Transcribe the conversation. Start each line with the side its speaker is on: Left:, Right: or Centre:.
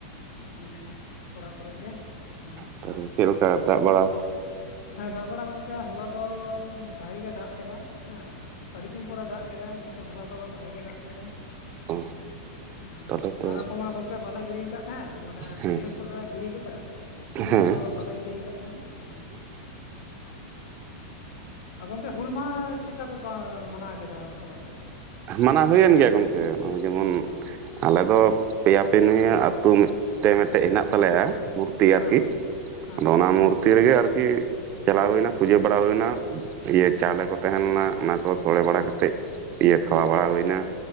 Left: ᱩᱸ᱾ ᱚᱲᱟᱜ ᱠᱚᱨᱮᱜ ᱜᱮ ᱦᱩᱸ᱾
Right: <unintelligible> ᱪᱮᱞᱠᱟ ᱫᱟᱜ ᱵᱟᱲᱟ
Left: ᱦᱮᱸ ᱫᱟᱜ ᱵᱟᱲᱟ ᱜᱚᱢᱠᱮ ᱦᱚᱞᱟ ᱫᱚ ᱵᱷᱟᱜᱤ ᱜᱮ ᱫᱟᱜ ᱠᱮᱫᱟᱭ ᱦᱮᱸ ᱟᱹᱰᱤ ᱫᱤᱱ ᱯᱚᱨᱮ ᱫᱟᱜ ᱠᱮᱫᱟᱭ ᱠᱤᱱᱛᱩ ᱦᱚᱞᱟ ᱫᱚ ᱵᱷᱟᱜᱮ ᱜᱮ ᱫᱟᱜ ᱠᱮᱫᱟᱭ
Right: ᱚ
Left: ᱩᱸ
Right: ᱛᱟᱦᱚᱞᱮ ᱛᱚ
Left: ᱪᱟᱨᱟ ᱠᱚᱢᱟ ᱜᱚᱝᱠᱮ ᱠᱮ ᱵᱟᱞᱮ ᱜᱤᱲᱤ ᱟᱠᱟᱫ ᱛᱟᱦᱮᱸᱫ ᱢᱟᱱᱮ
Right: ᱦᱮᱸ
Left: ᱵᱟᱹᱭᱦᱟᱹᱲ ᱠᱚᱞᱮ ᱜᱤᱲᱤ ᱞᱮᱫᱟ ᱜᱷᱩᱴᱩ
Right: ᱦᱮᱸ
Left: ᱠᱚᱫᱚ ᱵᱟᱞᱮ ᱜᱤᱲᱤ ᱟᱠᱟᱫ ᱛᱟᱦᱮᱸᱫ ᱦᱩᱸ ᱟᱨ ᱜᱚᱝᱠᱮ ᱦᱩᱞ ᱢᱟᱦᱟᱸ ᱪᱮᱠᱟ ᱯᱮ ᱢᱟᱱᱟᱣ ᱠᱮᱫᱟ ᱦᱚᱞᱟ ᱫᱚ
Right: ᱢᱟᱱᱟᱣ ᱦᱩᱭᱮᱱ ᱜᱮᱭᱟ ᱜᱚᱝᱠᱮ ᱡᱮᱢᱚᱱ
Left: ᱚ
Right: ᱟᱞᱮ ᱫᱚ ᱯᱮᱭᱟ ᱯᱮ ᱱᱤᱭᱟᱹ ᱟᱹᱛᱩ ᱢᱤᱫᱴᱮᱱ ᱢᱤᱫᱴᱮᱱ ᱦᱮᱱᱟᱜ ᱛᱟᱞᱮᱭᱟ ᱢᱩᱨᱛᱤ
Left: ᱦᱮᱸ
Right: ᱟᱨᱠᱤ
Left: ᱦᱮᱸ
Right: ᱟᱫᱚ ᱚᱱᱟ ᱢᱩᱨᱛᱤ ᱨᱮᱜᱮ ᱟᱨᱠᱤ ᱪᱟᱞᱟᱣ ᱦᱩᱭᱱᱟ ᱯᱩᱡᱟᱹ ᱵᱟᱲᱟ ᱦᱩᱭ ᱱᱟ ᱤᱭᱟᱹ ᱪᱟᱣᱞᱮ ᱠᱚ ᱛᱟᱦᱮᱸ ᱞᱮᱱᱟ ᱚᱱᱟ ᱠᱚ ᱥᱳᱲᱮ ᱵᱟᱲᱟ ᱠᱟᱛᱮᱫ ᱤᱭᱟᱹ ᱠᱷᱟᱣᱟ ᱵᱟᱲᱟ ᱦᱩᱭᱱᱟ